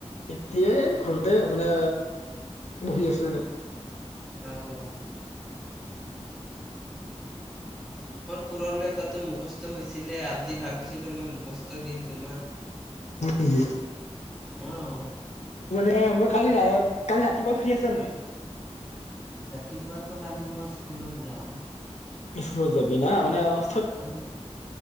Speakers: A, on the left; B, in the centre.
A: এতিয়া এ ঘৰতে মানে, বহি আছো এনেই।
B: অঁ অঁ অঁ। পুৰণ নেউতাটো মুখস্থ হৈছি লে, আজি ভাবিছিলোঁ মই মুখস্থ দিম তোমাক।
A: হয় নেকি?
B: অঁ।
A: এ' মই কালি, কালি ৰাতিপুৱা ফ্ৰী আছা নাই?
B: ৰাতিপুৱাতো কালি মই স্কুলত যাম।
A: স্কুলত যাবি না মানে, অহ
B: অ!